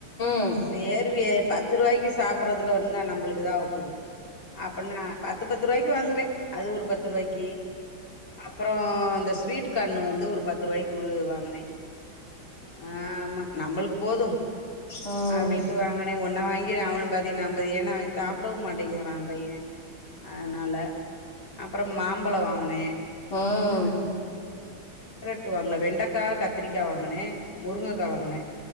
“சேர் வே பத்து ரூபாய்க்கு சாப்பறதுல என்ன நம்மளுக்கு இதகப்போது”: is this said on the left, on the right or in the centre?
Left